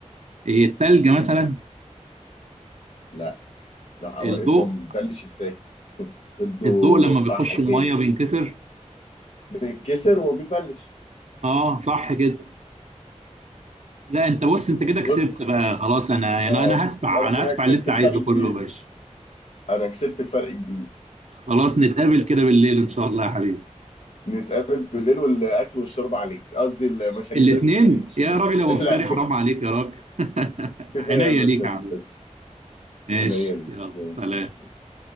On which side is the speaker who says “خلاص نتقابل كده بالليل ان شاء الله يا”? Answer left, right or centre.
Right